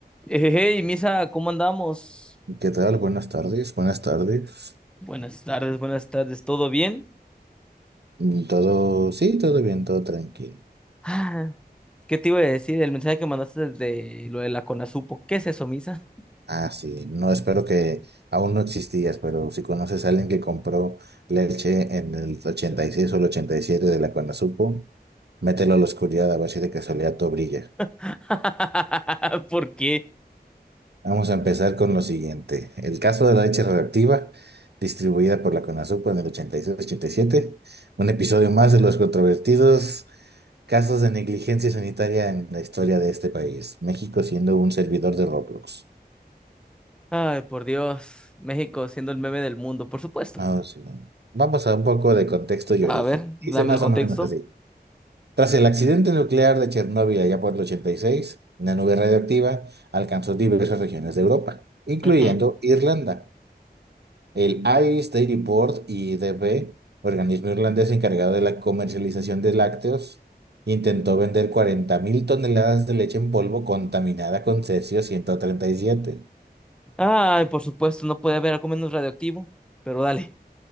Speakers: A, in the centre; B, on the right.
A: Eh, Hey, Misa, ¿cómo andamos?
B: ¿Qué tal? Buenas tardes, buenas tardes.
A: Buenas tardes, buenas tardes, ¿todo bien?
B: Mm, Todo, sí, todo bien, todo tranquilo.
A: Ah, ¿Qué te iba a decir? El mensaje que mandaste de lo de la Conasupo. ¿Qué es eso, Misa?
B: Ah, sí, no espero que aún no existías, pero si conoces a alguien que compró leche en el 86 o el 87 de la Conasupo, mételo a la oscuridad a ver si de casualidad todo brilla.
A: <laughs> ¿Por qué?
B: Vamos a empezar con lo siguiente. El caso de la leche radioactiva, distribuida por la CONASUPO en el ochenta ochenta y seis y siete, un episodio más de los controvertidos casos de negligencia sanitaria en la historia de este país, México siendo un servidor de Roblox.
A: Ay, por Dios. México siendo el meme del mundo, por supuesto.
B: Ah, sí. Vamos a un poco de contexto y
A: A
B: origen.
A: ver, dame
B: Dice más
A: el contexto.
B: o menos así. Tras el accidente nuclear de Chernóbil allá por el 86, una nube radioactiva alcanzó diversas regiones de Europa, incluyendo
A: Ujú.
B: Irlanda. El Irish Dairy Board, IDB, organismo irlandés encargado de la comercialización de lácteos, intentó vender 40.000 toneladas de leche en polvo contaminada con cesio ciento treinta y siete.
A: Ay, por supuesto, no puede haber algo menos radioactivo, pero dale.